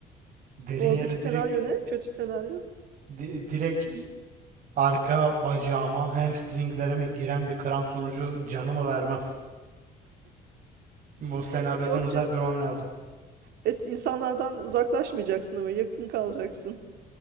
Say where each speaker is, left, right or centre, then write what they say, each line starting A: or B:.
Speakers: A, on the right; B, on the right.
A: Derin
B: Oradaki
A: yere
B: senaryo
A: direkt
B: ne? Kötü senaryo.
A: di- direkt Arka bacağıma, hamstringlerime giren bir kramp sonucu canımı vermem. Bu
B: <laughs>
A: senaryodan
B: Yok
A: uzak
B: canım.
A: durmam lazım.
B: Et, insanlardan uzaklaşmayacaksın ama yakın kalacaksın.